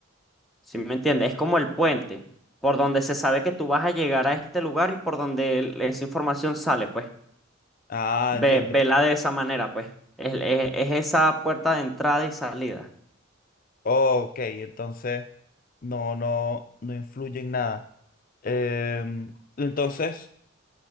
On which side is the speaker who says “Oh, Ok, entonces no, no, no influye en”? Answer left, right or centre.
Left